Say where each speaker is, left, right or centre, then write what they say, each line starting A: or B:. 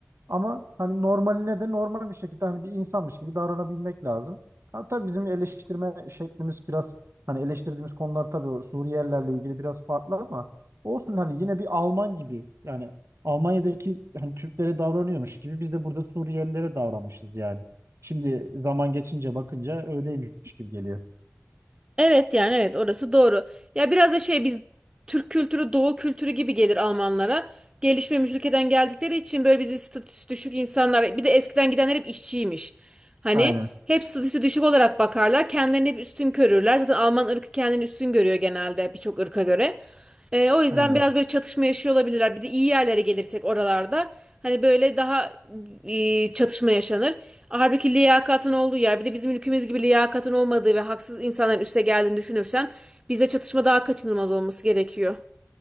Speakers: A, on the right (about 75°); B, on the right (about 20°).
A: Ama hani normaline de normal bir şekilde hani bir insanmış gibi davranabilmek lazım. Ha, tabii bizim eleştirme şeklimiz biraz hani eleştirdiğimiz konular tabii o Suriyelilerle ilgili biraz farklı ama olsun hani yine bir Alman gibi yani Almanya'daki hani Türklere davranıyormuş gibi biz de burada Suriyelilere davranmışız yani. Şimdi zaman geçince bakınca öyleymiş gibi geliyor.
B: Evet yani evet orası doğru. Ya biraz da şey biz Türk kültürü Doğu kültürü gibi gelir Almanlara. Gelişmemiş ülkeden geldikleri için böyle bizi statüsü düşük insanlar bir de eskiden gidenler hep işçiymiş. Hani
A: Aynen.
B: hep statüsü düşük olarak bakarlar. Kendilerini hep üstün görürler. Zaten Alman ırkı kendini üstün görüyor genelde birçok ırka göre. Ee, o yüzden
A: Aynen.
B: biraz böyle çatışma yaşıyor olabilirler. Bir de iyi yerlere gelirsek oralarda hani böyle daha e, çatışma yaşanır. Halbuki liyakatın olduğu yer bir de bizim ülkemiz gibi liyakatın olmadığı ve haksız insanların üste geldiğini düşünürsen bize çatışma daha kaçınılmaz olması gerekiyor.